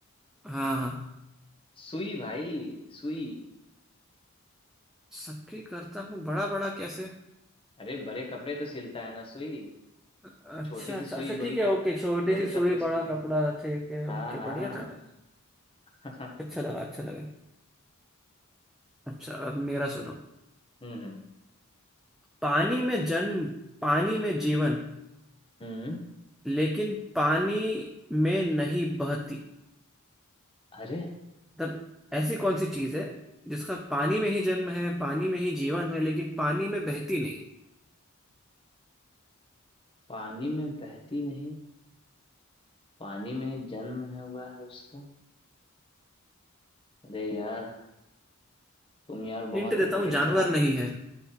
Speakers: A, in the centre; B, on the left.
A: हाँ हाँ
B: सुई भाई सुई
A: सबकी करता हूँ बड़ा बड़ा कैसे
B: अरे बड़े कपड़े तो सिलता है ना सुई
A: अच्छा
B: छोटी सी
A: अच्छा
B: सुई
A: अच्छा
B: बड़ी
A: ठीक है
B: कप
A: ओके छोटी
B: बड़े
A: सी
B: कपड़े
A: सुई
B: सुनती
A: बड़ा
B: है
A: कपड़ा ठीक है
B: हाँ
A: ओके
B: हाँ
A: बढ़िया था भाई
B: <laughs>
A: अच्छा लगा अच्छा लगा अच्छा अब मेरा सुनो
B: हम्म हम्म
A: पानी में जन्म पानी में जीवन
B: हम्म।
A: लेकिन पानी में नहीं बहती
B: अरे
A: मतलब ऐसी कौन सी चीज है जिसका पानी में ही जन्म है पानी में ही जीवन है लेकिन पानी में बहती नहीं
B: पानी में बहती नहीं पानी में ही जन्म है हुआ है उसका अरे यार तुम यार बहुत
A: हिंट देता
B: ही कठिन
A: हूँ जानवर
B: सवाल
A: नहीं
B: <laughs>
A: है